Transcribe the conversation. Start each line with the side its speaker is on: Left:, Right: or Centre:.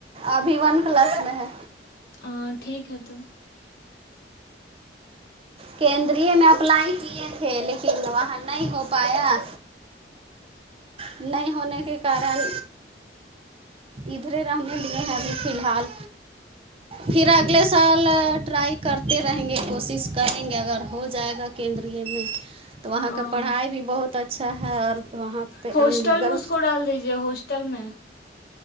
Right: ابھی ون کلس میں ہے
Left: ہ ٹھیک ہے تو
Right: کیندری میں اپلائی کیے تھے لیکن وہاں نہیں ہو پایا نہیں ہونے کے کارن ادھرے رہنے دیے ابھی فی الحال پھر اگلے سال ٹرائی کرتے رہیں گے کوشش کریں گے اگر ہو جائے گا کیندری میں تو وہاں
Left: ہوں
Right: کا پڑھائی بھی بہت اچھا ہے اور وہاں پہ
Left: ہاسٹل
Right: ان لیگل
Left: میں اس کو ڈال دیجے ہاسٹل میں